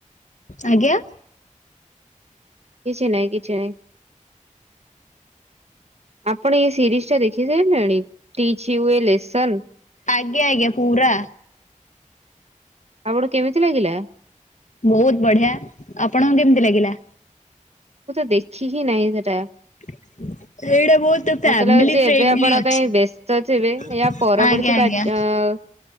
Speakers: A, on the left (about 65°); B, on the right (about 50°).
A: ଆଜ୍ଞା।
B: କିଛି ନାଇଁ, କିଛି ନାଇଁ। ଆପଣ ଏ ସିରିଜଟା ଦେଖି ସାରିଲେଣି? Teach you a lesson.
A: ଆଜ୍ଞା, ଆଜ୍ଞା, ପୁରା।
B: ଆପଣଙ୍କୁ କେମିତି ଲାଗିଲା?
A: ବହୁତ ବଢିଆ ଆପଣଙ୍କୁ କେମିତି ଲାଗିଲା?
B: ମୁଁ ତ ଦେଖିହିଁ ନାଇଁ ସେଟା।
A: <unintelligible> ସେଇଟା ବହୁତ ଫାମିଲି
B: ମତେ ଲାଗୁଛି
A: ଫ୍ରେଣ୍ଡଲି
B: ଏବେ ଆପଣ
A: ଅଛି
B: କାହିଁ ବ୍ୟସ୍ତ ଥିବେ ୟା ପରବର୍ତ୍ତୀ
A: ଆଜ୍ଞା ଆଜ୍ଞା।
B: କାର୍ଯ୍ୟ